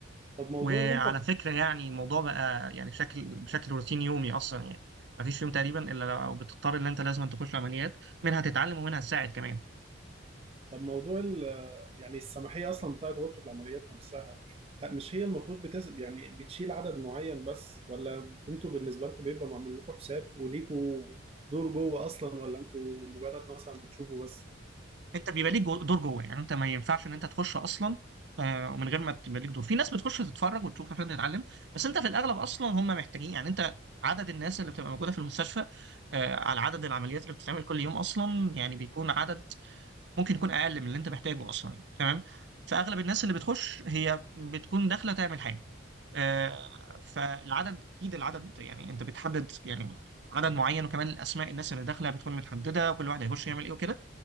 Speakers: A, on the right; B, on the right.
A: طب موضوع
B: وعلى
A: اللي انت
B: فكره يعني الموضوع بقى يعني شكل بشكل روتين يومي اصلا يعني مفيش يوم تقريبا الا لو بتضطر ان انت لازم تخش عمليات منها تتعلم ومنها تساعد كمان
A: طب موضوع ال... يعني السماحيه اصلا بتاعت غرفه العمليات نفسها ه- مش هي المفروض بتسب يعني بتشيل عدد معين بس ولا انتوا بالنسبه لكم بيبقى معمول لكم حساب وليكوا دور جوه اصلا ولا انتوا مجرد مثلا بتشوفوا بس
B: انت بيبقى ليك جو- دور جوه يعني انت ما ينفعش ان انت تخش اصلا آه، ومن غير ما تبقى ليك دور في ناس بتخش تتفرج وتشوف عشان تتعلم بس انت في الاغلب اصلا هم محتاجين يعني انت عدد الناس اللي بتبقى موجوده في المستشفى آه، على عدد العمليات اللي بتتعمل كل يوم اصلا يعني بيكون عدد ممكن يكون اقل من اللي انت محتاجه اصلا تمام فاغلب الناس اللي بتخش هي بتكون داخله تعمل حاجه آه، فالعدد اكيد العدد يعني انت بتحدد يعني عدد معين وكمان الاسماء الناس اللي داخله بتكون متحدده وكل واحد هيخش يعمل ايه وكده